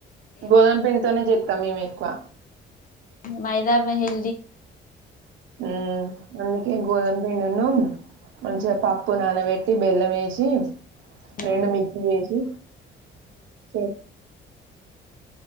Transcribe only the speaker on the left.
ఏమున్నాయి
పండుగలు
మైదా హెల్ది కాదు
ఉ